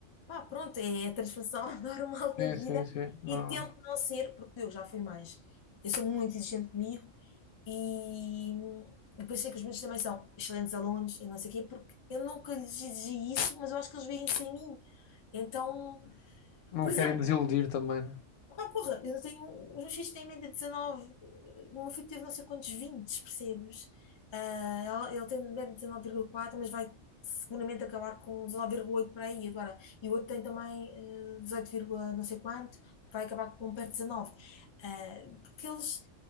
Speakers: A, on the left; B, on the left.
A: pá, pronto, é é a transformação <laughs> normal da
B: Sim,
A: vida
B: sim, sim. Não,
A: e tento não ser, porque eu já fui mais. Eu sou muito exigente comigo e depois sei que os meus também são excelentes alunos e não sei o quê, porque eu nunca lhes exigi isso, mas eu acho que eles veem isso em mim. Então,
B: não
A: por exemplo,
B: querem desiludir também, né?
A: ah, porra, eu tenho. Os meus filhos têm em média de 19. O meu filho teve não sei quantos vinte percebes? Ah, ele ele tem em média dezenove vírgula quatro mas vai seguramente acabar com dezenove vírgula oito para aí agora. E o outro tem também ah, 18, vírgula não sei quanto, vai acabar com um perto de 19. Ah, porque eles.